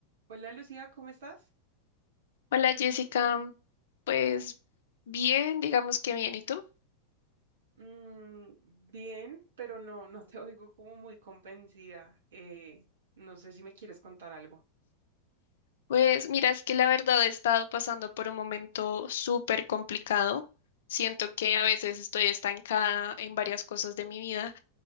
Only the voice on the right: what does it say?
Hola Lucía, ¿cómo estás?
Mm, bien, pero no, no te <laughs> oigo como muy convencida. Eh, no sé si me quieres contar algo.